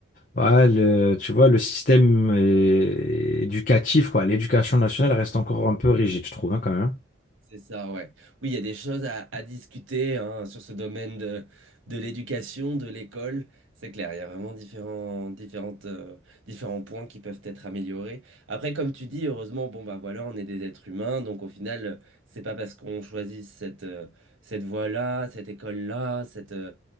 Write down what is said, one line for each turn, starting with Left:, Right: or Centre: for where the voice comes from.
Left: ouais, le- tu vois, le système é- éducatif, quoi, l'éducation nationale reste encore un peu rigide, je trouve, hein, quand même.
Right: C'est ça, ouais. Oui, il y a des choses à, à discuter hein, sur ce domaine de, de l'éducation, de l'école. C'est clair, il y a vraiment différents, différentes, euh, différents points qui peuvent être améliorés. Après, comme tu dis, heureusement, bon, bah voilà, on est des êtres humains. Donc, au final, euh, c'est pas parce qu'on choisit cette, euh, cette voie-là, cette école-là, cette, euh,